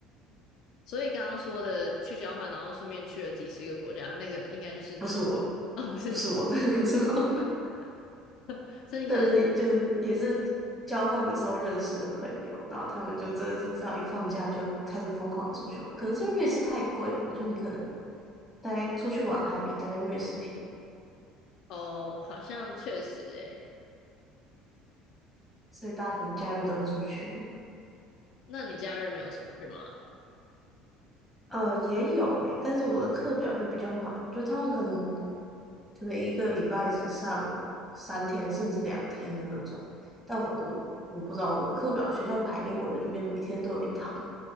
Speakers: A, on the left; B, in the centre.
A: 所以刚刚说的去交换，然后顺便去了几十个国家，那个应该就是你
B: 不是我，
A: 啊，不是你，
B: 不是我，<laughs> 真的不是我。<laughs>
A: <laughs> 所以你可能
B: 但是就是也是交换的时候认识的朋友，然后他们就真的是只要一放假就开始疯狂出去玩，可能是因为瑞士太贵了吧，就你可能待出去玩还比待在瑞士便宜，
A: 哦，好像确实诶。
B: 所以大家可能假日都会出去。
A: 那你假日没有出去吗？
B: 呃，也有诶、但是我的课表就比较满，就他们可能可能一个礼拜只上三天甚至两天的那种，但我的我不知道我的课表学校排给我的就变每天都有一堂